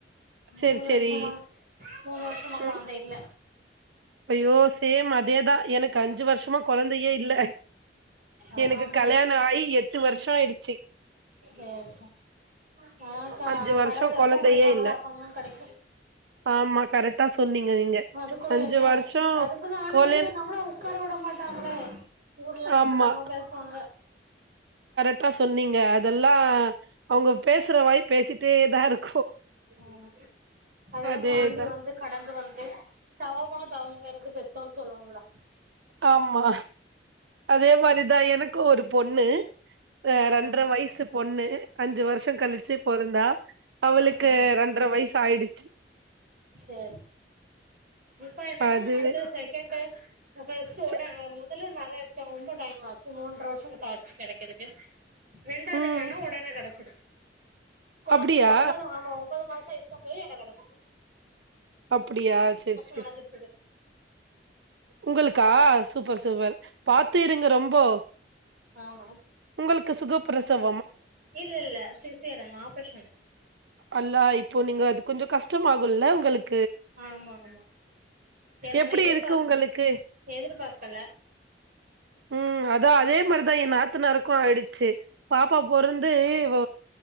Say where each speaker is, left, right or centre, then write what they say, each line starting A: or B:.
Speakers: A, on the right; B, on the right.
A: சேரி
B: மூனு
A: சேரி
B: வருஷமா மூனு வருஷமா
A: ம்
B: கொழந்த இல்ல
A: ஐயோ சேம் அதே தான் எனக் அஞ்சு வருஷமா கொழந்தயே இல்ல
B: அதாதா
A: எனக்கு கல்யாண ஆயி எட்டு வருஷோ ஆயிடுச்சு
B: சேரி சேரி அதாக்கா
A: அஞ்சு வருஷோ
B: கடவுள் எப்ப
A: கொழந்தையே
B: குடுப்பாங்களோ
A: இல்ல
B: அப்பதா கெடைக்கு
A: ஆமா கரெக்டா சொன்னீங்க நீங்க
B: அதுக்குள்ளே
A: அஞ்சு வருஷோ
B: அதுக்குனு ஆனா
A: கோலன்
B: வந்து நம்மளு ஒக்கார உட மாட் ட்டாங்களே ஊர்ல என்னலாமோ
A: ஆமா
B: பேசுவாங்க
A: ட்டா சொன்னீங்க அதெல்லா அவங்க பேசுற வாய் பேசிட்டே தா இருக்
B: ம் அதெல்லா
A: அதேதா
B: தாண்டி வந்து கடந்து வந் து தவமா தவமிருந்து பெத்தோன்னு சொல்வாங்கல்ல
A: ஆம்மா அதே மாரி தா எனக்கு ஒரு பொண்ணு ரெ
B: ம்
A: ரெண்ட்ர
B: ம்
A: வயசு பொண்ணு அஞ்சு வருஷோ கலிச்சு பொறந்தா அவளுக்கு
B: ஆ ஆ
A: ரெண்ட்ர வயசு ஆயிடுச்சு
B: சேரி இப்ப என்னன்னா
A: அதுவே
B: அடுத்தது செகண்ட்டு ஆ பஃஸ்ட்டோட
A: ச-
B: ஆ முதல்ல நெறய த ரொம்ப டைம் ஆச்சு மூன்ற வருஷங்கிட்ட ஆச்சி கெடைக்குறதுக்கு வெண்டாதங்கன்னா
A: ம்
B: ஒடனே கெடச்சிருச்சு கொழந்தைக்கு
A: அப்டியா
B: ஒம்பது ஆமா ஒம்பது மாஸோ இருக்கப்பயே எனக்கு கெடைச்சுது
A: அப்டியா சேரி
B: ஆனந்தத்துது
A: உங்களுக்கா சூப்பர் சூப்பர் பாத் த்து இருங்க ரொம்போ
B: ஆமா
A: உங்களுக்கு சுகப்பிரசவ்
B: இல்ல இல்ல சிஸ்சேரியன் ஆப்ரேசன்
A: அல்லா இப்போ நீங்க அது கொஞ்சோ கஷ்டமாகுல்ல உங்களுக்
B: ஆமாங்க ஆமா சேரி நம்ம
A: எப்டி
B: எதிர்பாக்
A: இருக்கு உங்களுக்கு
B: எதிர்பாக்கல
A: ம் அதா அதே மாரிதா எ நாத் த்தனாருக்கு ஆயிடுச்சு பாப்பா பொறந்து வ